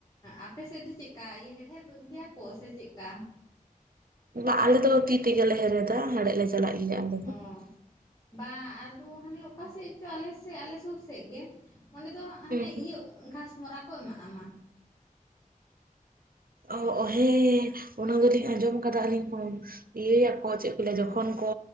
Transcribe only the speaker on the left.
ᱟᱯᱮ ᱥᱮᱜ ᱫᱚ ᱪᱮᱫ ᱠᱟ ᱤᱭᱟᱹ ᱦᱮᱲᱦᱮᱫ ᱜᱮᱭᱟ ᱠᱚ ᱥᱮ ᱪᱮᱫᱠᱟ?
ᱦᱮᱸ, ᱵᱟᱝ ᱟᱫᱚ ᱦᱟᱱᱮ ᱚᱠᱟ ᱥᱮᱫ ᱪᱚ ᱟᱞᱮ ᱥᱮᱜ ᱟᱞᱮ ᱥᱩᱨ ᱥᱮᱜ ᱜᱮ, ᱚᱸᱰᱮ ᱫᱚ ᱦᱟᱱᱮ
ᱤᱭᱟᱹ ᱜᱷᱟᱥᱢᱚᱨᱟ ᱠᱚ ᱮᱢᱟᱜ-ᱟ ᱢᱟ!